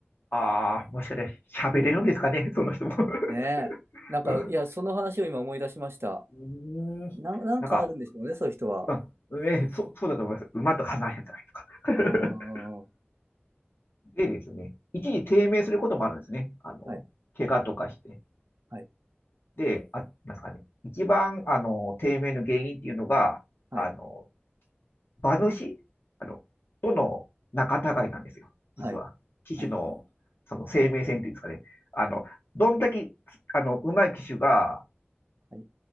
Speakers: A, on the left; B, on the right.
A: ああ、もしかして喋れるんですかね、その人も。<laughs>
B: ねえ。なんか、
A: う
B: いや、その話を今思い出しました。
A: ん、うーんなんか、
B: な、なんかあるんでしょうね、そういう人は。
A: あ、ね、そう、そうだと思います。馬と離れたりとか。<laughs>
B: ああ、は
A: でですね、一時低迷することもあるんですね。
B: い、
A: あの、
B: はい、
A: 怪我とかして。
B: はい、
A: で、あ、なんですかね、一番、あの、低迷の原因っていうのが、
B: はい、
A: あの、馬主、あの、との仲違いなんですよ。実は。
B: はい、
A: 騎手の、
B: はい。
A: その生命線っていうんですかね。あの、どんだけ、あの、上手い騎手が、
B: はい